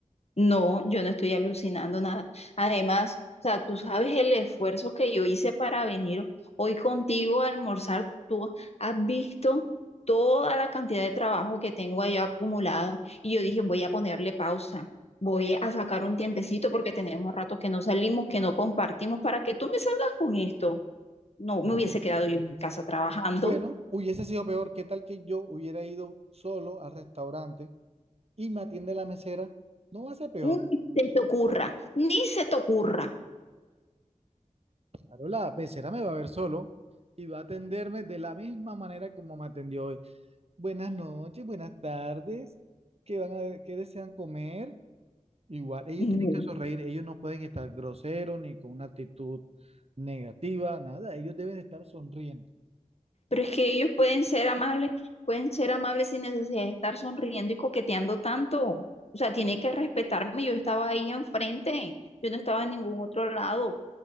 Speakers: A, on the left (about 50°); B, on the right (about 50°).
A: no, yo no estoy alucinando nada. Además, o sea, tú sabes el esfuerzo que yo hice para venir hoy contigo a almorzar. Tú has visto toda la cantidad de trabajo que tengo allá acumulado y yo dije, voy a ponerle pausa. Voy a sacar un tiempecito porque tenemos rato que no salimos, que no compartimos, para que tú me salgas con esto. No,
B: No.
A: me hubiese quedado yo en casa trabajando.
B: Bueno, hubiese sido peor. ¿Qué tal que yo hubiera ido solo al restaurante y me atiende la mesera? No va a ser peor.
A: Ni se te ocurra, ni se te ocurra.
B: Claro, la pecera me va a ver solo y va a atenderme de la misma manera como me atendió hoy. Buenas noches, buenas tardes. ¿Qué van a, qué desean comer? Igual, ellos
A: No.
B: tienen que sonreír, ellos no pueden estar groseros ni con una actitud negativa, nada, ellos deben estar sonrientes.
A: Pero es que ellos pueden ser amables, pueden ser amables sin necesidad de estar sonriendo y coqueteando tanto. O sea, tiene que respetarme. Yo estaba ahí enfrente, yo no estaba en ningún otro lado.